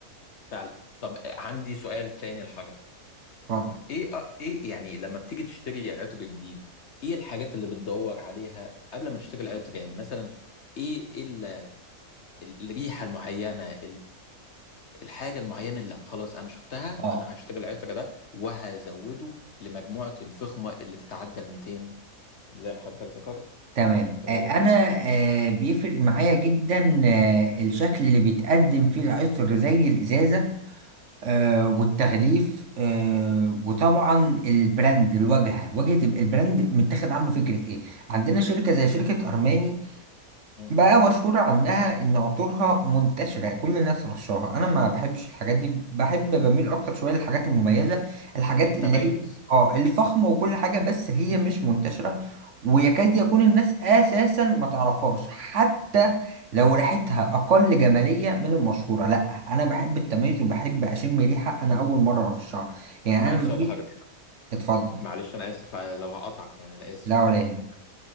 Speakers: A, on the left (about 55°); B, on the right (about 55°).
A: فعلا طب عندي سؤال تاني لحضرتك
B: اتفضل
A: ايه أ- ايه يعني لما بتيجي تشتري عطر جديد ايه الحاجات اللي بتدور عليها قبل ما تشتري العطر يعني مثلا ايه ال- ال- الريحه المعينه الحاجة المعينة اللي لأ، خلاص أنا شفتها
B: اه
A: أنا هاشتري العطر ده وهزوده لمجموعتي الفخمة اللي تتعدى ال 200 زي ما حضرتك ذكرت
B: تمام
A: آه،
B: آه، أنا آه، بيفرق معايا جدا آه، الشكل اللي بيتقدم فيه العطر زي الإزازة آه، والتغليف آه، وطبعا البراند الواجهة واجهة البراند متاخد عنه فكرة إيه عندنا شركة زي شركة أرماني
A: مم.
B: بقى مشهورة عنها إن عطورها منتشرة كل الناس رشاها أنا ما بحبش الحاجات دي بحب بميل أكتر شوية للحاجات المميزة الحاجات
A: التميز
B: اللي هي آه الفخمة وكل حاجة بس هي مش منتشرة ويكاد يكون الناس أساسا ما تعرفهاش حتى لو ريحتها أقل جمالية من المشهورة لأ أنا بحب التميز وبحب أشم ريحة أنا أول مرة أرشها يعني
A: طب عندي
B: أنا مفيش
A: سؤال لحضرتك
B: اتفضل
A: معلش أنا آسف آه، لو هقطعك يعني أنا آسف
B: لا ولا يهمك